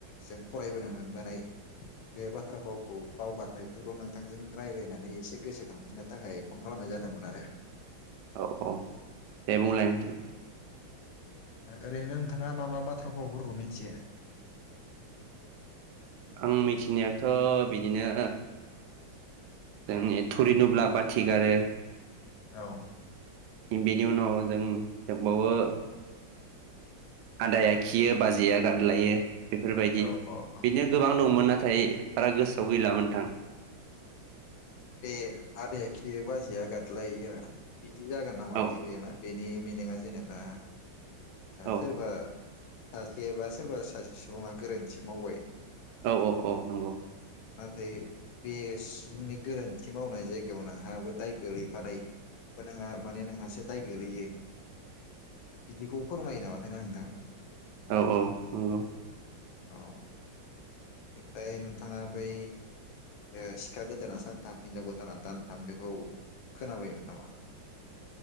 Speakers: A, on the left; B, on the right.
A: जों फरायबोनो मोनबोनाय बे बाथ्राखौ फावखौ बावगारनायफोरखौ नोंथांजों रायज्लायनानै एसे गोसोखांफिननो थाखाय फन खालामनाय जादोंमोन आरो
B: औ औ दे बुंलाय नोंथां
A: ओरैनो नोंथाङा मा मा बाथ्रा फावफोरखौ मिथियो
B: आं मिथिनायाथ' बिदिनो जोंनि थुरि नुब्ला बाथि गारो
A: औ
B: बेनि उनाव जों दोंबावो आदाया खियो बाजैया गाद्लायो बेफोरबायदि
A: औ औ औ
B: बिदिनो गोबां दंमोन नाथाय बारा गोसोआव गैलामोन नोंथां
A: बे आदै एखियो बाजैया गादलायोआ बिदि जागोन नामा
B: औ
A: थै बे ना बेनि मिनिङा जेनेबा
B: औ
A: सोरबा सासेबा सोरबा सासे सुबुङा गोरोन्थि मावबाय
B: औ औ औ नंगौ
A: नाथाय बे सुबुंनि गोरोन्थि मावनाय जायगायाव नोंहाबो दाय गोलैफानाय नोंहा माने नोंहासो दाय गोलैयो बिदिखौ फोरमायो नामाथाय ना नोंथां
B: औ औ नोंगौ
A: औ ओमफाय नोंथाङा बै ओ सिखा गोदाना सानथाम हिनजाव गोदाना दानथाम बेखौ खोनाबायमोन नामा?